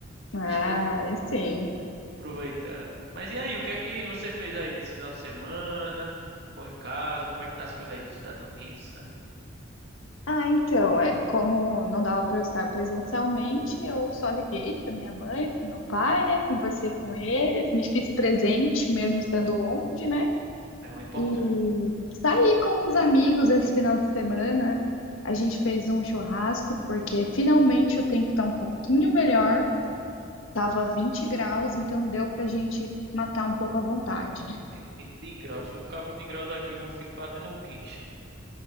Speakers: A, on the left; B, on the right.
A: ah,
B: Isso foi
A: aí sim.
B: Aproveitando. Mas e aí, o que é que você fez aí nesse final de semana? Ficou em casa? Como é que tá as coisas aí nos Estados Unidos, né?
A: Ah, então, é, como não dava para eu estar presencialmente, eu só liguei para minha mãe, para meu pai, né? Conversei com eles, me fiz presente mesmo estando longe, né?
B: É o importante.
A: E saí com uns amigos esse final de semana. A gente fez um churrasco porque finalmente o tempo tá um pouquinho melhor. Tava 20 graus, então deu pra gente matar um pouco à vontade.
B: <laughs> 20 graus, se eu ficar 20 graus aqui, eu já fico batendo o queixo.